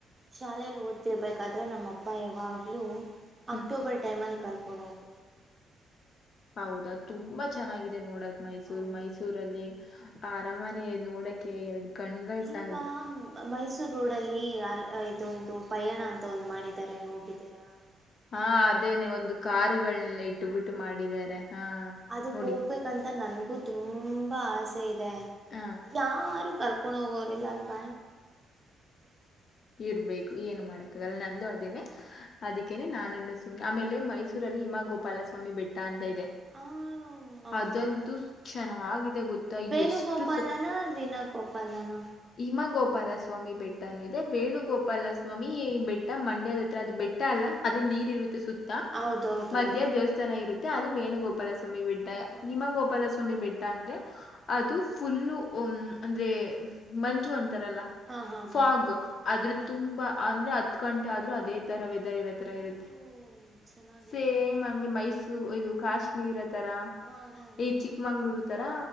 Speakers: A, on the right; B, on the left.
A: ಶಾಲೆಯಲ್ಲಿ ಓದ್ತಿರ್ಬೇಕಾದ್ರೆ ನಮ್ಮ ಅಪ್ಪ ಯಾವಾಗ್ಲೂ <unintelligible>
B: ಹ್ಮ್
A: ಅಕ್ಟೂಬರ್ ಟೈಮಲ್ ಕರ್ಕಣೋಗ
B: ಹೌದಾ ತುಂಬಾ ಚೆನ್ನಾಗಿದೆ ನೋಡಕ್ ಮೈಸೂರು
A: ಹೌದು
B: ಮೈಸೂರಲ್ಲಿ ಅರಾಮನೆ ನೋಡಕೆ ಎರಡು ಕಣ್ಗಳ್ ಸಾಲದು
A: ಈಗ ಮೈಸೂರ್ ರೋಡ್ಲ್ಲಿ ಇದೊಂದು ಪಯಣ ಅಂತ ಒಂದು್ ಮಾಡಿದ ಾರೆ ಹೋಗಿದ್ದೀರಾ
B: ಹಾ ಅದೇನೆ ಒಂದು ಕಾರುಗಳನೆೆಲ್ಲ
A: ಹ
B: ಇಟ್ಟು ಬಿಿಟ್ಟು ಮಾಡಿದ್ದಾರೆ ಹ
A: ಅದಕ್ಕೆ
B: ನೋಡಿ
A: ಹೋಗ್ಬೇಕಂತ ನನ್ಗೂ ತುಂಬಾ ಆಸೆ ಇದೆ
B: ಹಾ
A: ಯಾರು ಕರ್ಕೊಂಡ ಹೋಗೋ ಎಲ್ಲ ಬ
B: ಇರ್ಬೇಕು ಏನು ಮಾಡಕ್ಕಾಗಲ್ಲ ನಂದು ಅದೇನೆ ಅದಕ್ಕೇನೆ ನಾನನ್ನು ು ಆಮೇಲೆ ಮೈಸೂರಲ್ಲಿ ಹಮಾ ಗೋಪಾಲಸ್ವಾಮಿ ಬೆಟ್ಟ ಅಂತ ಇದೆ
A: ಹ ಹ್ಮ ಹೌದು
B: ಅದಂತೂ
A: ಹ್ಮ
B: ಚೆನ್ನಾಗಿದೆ ಗೊತ್ತಾ
A: ವೇಣುಗೋಪಾಲನ
B: ಎಷ್ಟು
A: ವೀಣಾ ಗೋಪಾಲನಾ
B: ಹಿಮ ಗೋಪಾಲಸ್ವಾಮಿ ಬೆಟ್ಟನು ಇ ಮತ್ತೆ ವೇಣುಗೋಪಾಲ ಸ್ವಾಮಿ ಈ ಬೆಟ್ಟ ಮಂಡ್ಯದ ಹತ್ರ ಅದು ಬೆಟ್ಟ ಅಲ್ಲ ಅದೇ ನೀರ್ ಇರುತ್ತೆ ಸುತ್ತ
A: ಹೌದೌದೌದು
B: ಮಧ್ಯ ದೇವಸ್ಥಾನ ಇರುತ್ತೆ ಅದು ವೇಣುಗೋಪಾಲ ಸ್ವಾಮಿ ಬಡ್ಡ
A: ಹಾ
B: ನಿಮ
A: ಹಾ
B: ಗೋಪಾಲಸ್ವಾಮಿ ಬಡ್ಡ ಅಂದ್ರೆ ಅದು ಫುಲ್ಲ ಅಂದ್ರೆ ಮಂಜು ಅಂತ
A: ಹಾ ಹಾ ಹಾ
B: ಫಾಗ್ ಆದ್ರ
A: ಹಾ
B: ತುಂಬಾ ಅಂದ್ರೆ ಹತ್ ಗಂಟೆ ಆದ್ರೂ ಅದೇ ತರ ರತ್ರರ
A: ಓ
B: ಇರುತ್ತೆ
A: ಚೆನ್ನಾಗಿರುತ್ತೆ
B: ಸೇಮ್ ಹಂಗೆ ಮೈಸೂರ್ ಇದು ಕಾಶ್ಮೀರ ತರ
A: ಹಾ ಹಾ ಹಾ
B: ಈ್ ಚಿಕ್ಕಮಂಗ್ಳೂರು
A: ಹಾ
B: ತರಾ